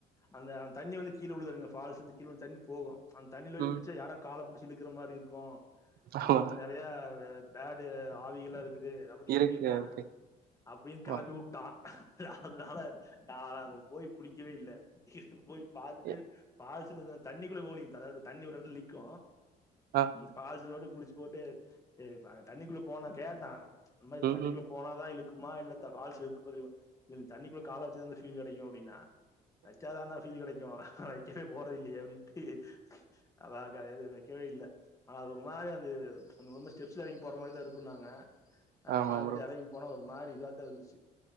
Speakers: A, on the left; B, on the right.
A: அந்த தண்ணி வந்து கீழ விழுதுறங்க ஃபால்ஸ் வந்து கீழ வந்து தண்ணி போகு அந்த தண்ணில போய்
B: ம்
A: குளிச்சா யாரா கால புடுச்சு இழுக்கிற மாரி இரு இருக்கு
B: ஆமா
A: அங்க வந்து நெறயா பேடு ஆவிகெல்லா இரு க்குது அப்படி
B: இருக்கு
A: இப்படின்னா
B: ஓகே
A: அப்படினு கிளப்பி
B: ஆமா
A: விட் அதனால நா அங்க போயி குளிக்கவே இல்ல போய் பாத்துட்டு
B: எ
A: ஃபாஸ் தண்ணிகுள்ள போவ்லிங் அதாது தண்ணி ஒரு எடத்துல நிக்கு
B: ஆ
A: ஃபால்ஸ்கு மட்டு குளிச்சு போட்டு எ தண்ணிக்குள்ள போன கேட்டா அந்த மாரி
B: ம்,
A: தண்ணிக்குள்ள
B: ம்.
A: போனாதா இழுக் மா இல்ல இந்த வால்ஸ் <unintelligible> இதுல தண்ணிக்குள்ள கால வச்சா தா அந்த ஃபீல் கெடைக்கு அப்படின்னா வச்சா தானா ஃபீல் கெடைக்கு நா வைக்கவே போல இல்லையே அப்படின்ட்டு அதா கா இது வைக்கவே இல்ல ஆனா அது ஒரு மாரி அந்த இது ரொம்ப ஸ்டெப்ஸ்ல எறங்கி போற மாரிதா இருக்குன்னாங்க ஆ
B: ஆமா
A: நா அப்டிதா
B: ப்ரோ.
A: எறங்கி போன ஒரு மாரி இதாத்தா இருந்துச்சு